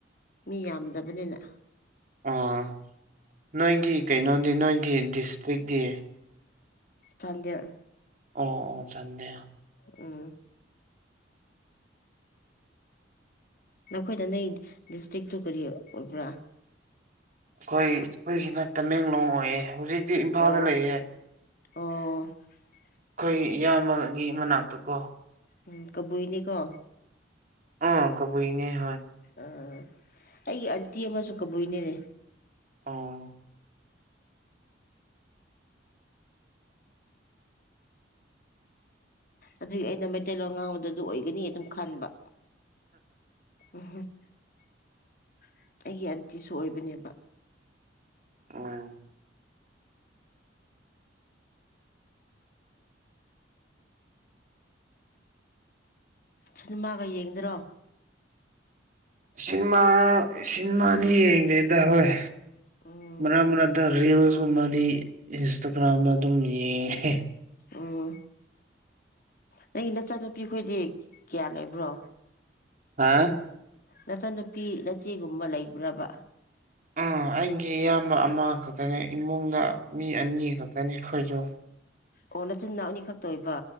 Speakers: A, on the left (about 50°); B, on the right (about 45°).
A: ꯃꯤ ꯌꯥꯝꯗꯕꯅꯤꯅ
B: ꯎꯝ ꯅꯣꯏꯒꯤ ꯀꯩꯅꯣꯗꯤ ꯅꯣꯏꯒꯤ ꯗꯤꯁꯇ꯭ꯔꯤꯛꯇꯤ
A: ꯆꯥꯟꯗꯦꯜ
B: ꯑꯣ ꯑꯣ ꯆꯥꯟꯗꯦꯜ
A: ꯎꯝ ꯅꯈꯣꯏꯗ ꯅꯪ ꯗꯤꯁꯇ꯭ꯔꯤꯛꯇꯨ ꯀꯔꯤ ꯑꯣꯏꯕ꯭ꯔꯥ
B: ꯑꯩꯈꯣꯏ ꯑꯩꯈꯣꯏꯒꯤꯅ ꯇꯃꯦꯡꯂꯣꯡ ꯑꯣꯏꯌꯦ ꯍꯧꯖꯤꯛꯇꯤ ꯏꯝꯐꯥꯜꯗ
A: ꯑꯣ
B: ꯂꯩꯌꯦ
A: ꯑꯣ
B: ꯑꯩꯈꯣꯏ ꯏꯌꯥꯝꯕꯒꯤ ꯃꯅꯥꯛꯇ ꯀꯣ
A: ꯎꯝ ꯀꯕꯨꯏꯅꯤꯀꯣ
B: ꯑꯣ ꯀꯕꯨꯏꯅꯦ ꯍꯣꯏ
A: ꯑ ꯑꯩꯒꯤ ꯑꯟꯇꯤ ꯑꯃꯁꯨ ꯀꯕꯨꯏꯅꯤꯅꯦ
B: ꯑꯣ
A: ꯑꯗꯨꯏ ꯑꯩꯅ ꯃꯩꯇꯩꯂꯣꯟ ꯉꯥꯡꯕꯗ ꯑꯗꯨ ꯑꯣꯏꯒꯅꯤ ꯑꯗꯨꯝ ꯈꯟꯕ <unintelligible> ꯑꯩꯒꯤ ꯑꯟꯇꯤꯁꯨ ꯑꯣꯏꯕꯅꯦꯕ
B: ꯎꯝ
A: ꯁꯤꯅꯦꯃꯥꯒ ꯌꯦꯡꯗꯔꯣ
B: ꯁꯤꯅꯦꯃꯥ ꯁꯤꯅꯦꯃꯥꯅꯤ ꯌꯦꯡꯗꯦꯗ ꯍꯣꯏ
A: ꯎꯝ
B: ꯃꯔꯛ ꯃꯔꯛꯇ ꯔ꯭ꯤꯜꯁ ꯒꯨꯝꯕꯗꯤ ꯏꯟꯁꯇꯥꯒ꯭ꯔꯥꯝꯗ ꯑꯗꯨꯝ ꯌꯦꯡꯉꯦ
A: ꯎꯝ ꯅꯪꯒꯤ ꯅꯆꯥꯅꯨꯄꯤꯈꯣꯏꯗꯤ ꯀꯌꯥ ꯂꯩꯕ꯭ꯔꯣ
B: ꯍꯥ
A: ꯅꯆꯟꯅꯨꯄꯤ ꯅꯆꯦꯒꯨꯝꯕ ꯂꯩꯕ꯭ꯔꯥꯕ
B: ꯑꯥ ꯑꯩꯒꯤ ꯏꯌꯥꯝꯕ ꯑꯃ ꯈꯛꯇꯅꯦ ꯏꯃꯨꯡꯗ ꯃꯤ ꯑꯅꯤ ꯈꯛꯇꯅꯦ ꯑꯩꯈꯣꯏꯖꯨ
A: ꯑꯣ ꯅꯆꯤꯟ ꯅꯥꯅꯥꯎ ꯑꯅꯤ ꯈꯛꯇ ꯑꯣꯏꯕ